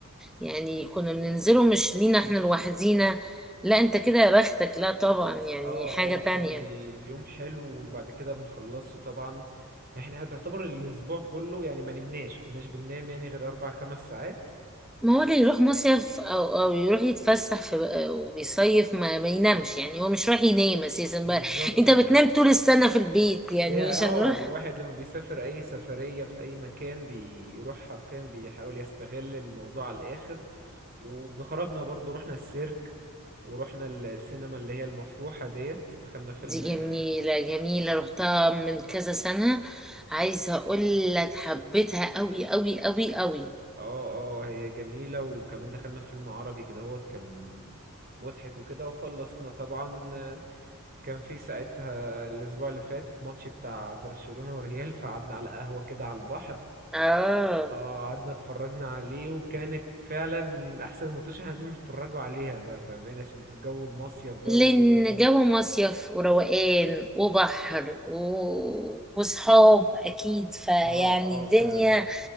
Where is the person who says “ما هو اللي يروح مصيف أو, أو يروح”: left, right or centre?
Centre